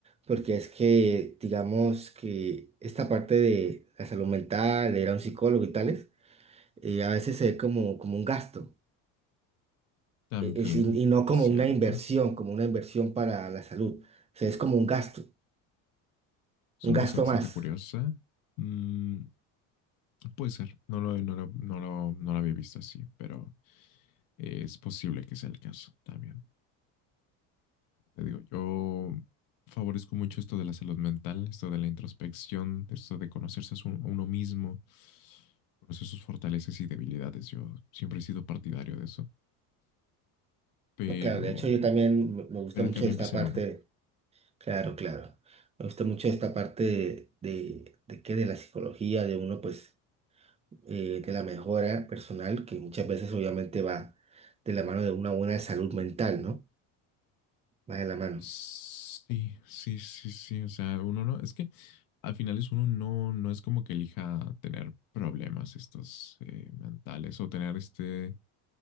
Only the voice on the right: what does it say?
Porque es que, digamos que esta parte de la salud mental, de ir a un psicólogo y tales, eh, a veces se ve como, como un gasto,
eh, es- y, y no como
una inversión, como una inversión para la salud. O sea, es como un gasto,
un
gasto
más.
No, claro, de hecho yo también me me gusta
mucho
esta
parte,
claro, claro, me gusta mucho esta parte de, de, de qué, de la psicología, de uno pues eh, de la mejora personal, que muchas veces obviamente va de la mano de una buena salud mental, ¿no? Va de la mano.